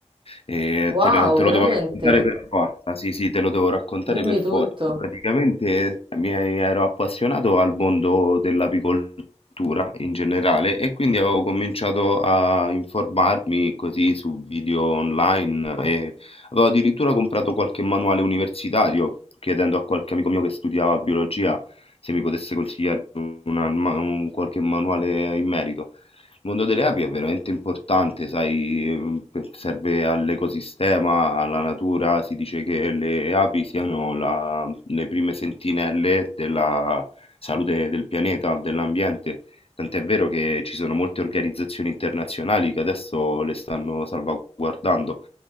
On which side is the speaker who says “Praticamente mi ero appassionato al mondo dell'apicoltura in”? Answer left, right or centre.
Left